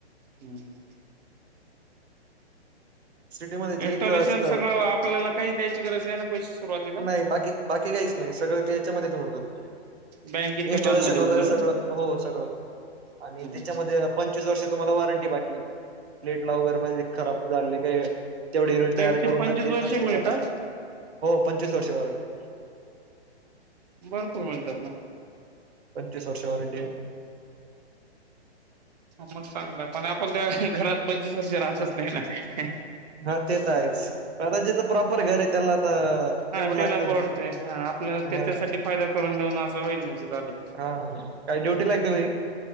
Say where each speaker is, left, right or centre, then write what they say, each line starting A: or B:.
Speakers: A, on the right (about 40°); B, on the right (about 70°).
A: हम्म.
B: सिटीमध्ये जे
A: इन्स्टॉलेशन
B: क्लास
A: सगळं आपल्याला काही द्याची गरज नाही ना? पैसे सुरुवातीला
B: नाही बाकी बाकी काहीच नाही. सगळं ते हेच्यामध्येच होऊन जातं.
A: बँकेच्या
B: इनस्टॉलेशन
A: लोन मध्ये
B: वगैरे
A: होऊन
B: सगळं हो सगळं, आणि
A: जातं
B: त्याच्यामध्ये पंचवीस वर्ष तुम्हाला वॉरंटी बाकी प्लेट ला वगैरे म्हणजे खराब झाले काही तेवढे युनिट
A: प्लेटचे
B: तयार करून
A: पंचवीस
B: देत
A: वर्षे
B: नसले
A: मिळतात
B: काही नसले, हो. पंचवीस वर्ष वॉरंटी.
A: भरपूर मिळतात ना.
B: पंचवीस वर्ष वारंटी आहे.
A: हा मग चांगलं पण आपण त्या घरात पंचवीस वर्ष राहतच नाही ना.
B: हा ते तर आहेच. दादा जेच प्रॉपर घर आहे त्याला तर
A: हा
B: तेवढं
A: त्याला
B: लागत
A: परवडते
B: ना.
A: हा आपल्या
B: हा
A: त्याच्यासाठी फायदा करून देऊन असं होईल मग ते झालं तर
B: हा काही ड्युटी लागते ना.